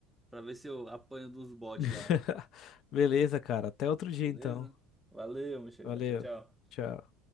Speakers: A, in the centre; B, on the left.
A: para ver se eu apanho dos bots
B: <laughs>
A: lá.
B: Beleza, cara. Até outro dia,
A: Beleza?
B: então.
A: Valeu, meu chegado.
B: Valeu.
A: Tchau, tchau.
B: Tchau.